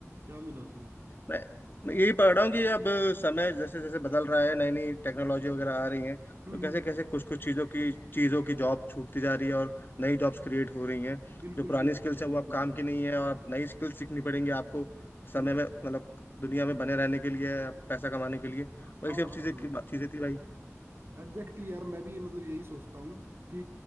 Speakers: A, on the right (about 50°); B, on the left (about 40°).
A: क्या मिला उसमें
B: मैं मैं यही पढ़ रहा हूँ कि अब समय जैसे जैसे बदल रहा है नई नई टेक्नोलॉजी वगैरह आ रही है
A: हम्म
B: तो कैसे
A: हम्म हम्म
B: कैसे कुछ कुछ चीज़ों की चीज़ों की जॉब छूटती जा रही है और नई जॉब्स क्रिएट हो रही हैं
A: बिल्कुल
B: जो पुरानी
A: बिल्कुल
B: स्किल्स
A: भाई
B: हैं वो
A: ये
B: अब
A: तो
B: काम
A: है
B: की नहीं है और अब नई स्किल्स सीखनी पड़ेंगी आपको समय
A: हम्म
B: में मतलब दुनिया में बने रहने के लिए पैसा कमाने के लिए
A: हाँ
B: वही सब
A: हाँ हाँ
B: चीज़ें की चीज़ें थी भाई
A: एग्जैक्टली exactly यार मैं भी मतलब यही सोचता हूँ कि